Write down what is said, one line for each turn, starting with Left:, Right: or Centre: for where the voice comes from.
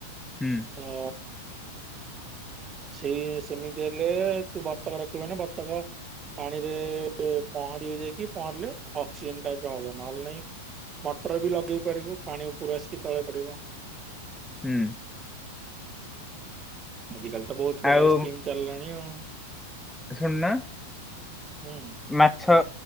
Centre: ହୁଁ
Right: ତ ସେଇ ସେମିତି ଦେଲେ ତୁ ଭତକ ରଖିବି ମାନେ ବତକ ପାଣିରେ ପହଁରିବ ଯାଇକି ପହଁରିଲେ ଅକ୍ସିଜେନ ଟାଇପ ର ହବ। ନହେଲେ ନାଇଁ ମଟର ବି ଲଗେଇ ପାରିବୁ ପାଣି ଉପରୁ ଆସିକି ତଳେ ପଡିବ।
Centre: ହୁଁ।
Right: ଆଜି କାଲି ତ ବହୁତ ପ୍ରକାର
Centre: ଆଉ
Right: ସ୍କିମ ଚାଲିଲାଣି ଆଉ।
Centre: ଶୁଣୁନ
Right: ହୁଁ
Centre: ମାଛ